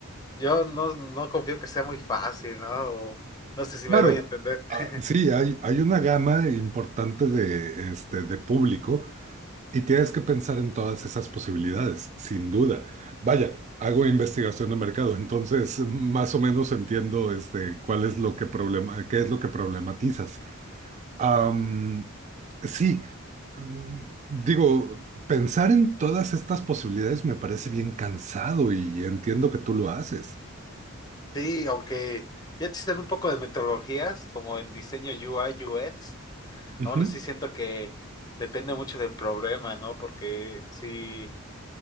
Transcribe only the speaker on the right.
Claro,
ah,
sí, hay, hay una gama importante de, este, de público y tienes que pensar en todas esas posibilidades, sin duda. Vaya, hago investigación de mercado, entonces más o menos entiendo este, cuál es lo que problema, qué es lo que problematizas. Am, sí, mm, digo, pensar en todas estas posibilidades me parece bien cansado y entiendo que tú lo haces.
Ujú.